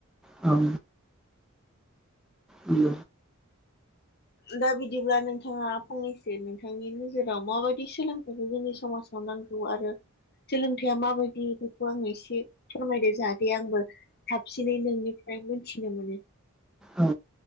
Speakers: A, in the centre; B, on the left.
A: औ उम
B: दा बिदिब्ला नोंथाङा फंनैसो नोंथांनि नोजोराव माबायदि सोलोंथाइखौ जोंनि समाजाव खालामनांगौ आरो सोलोंथाइया माबायदि बेखौ आं एसे फोरमायदो जाहाथे आंबो साबसिनै नोंनिफ्राय मोनथिनो मोनो।
A: औ।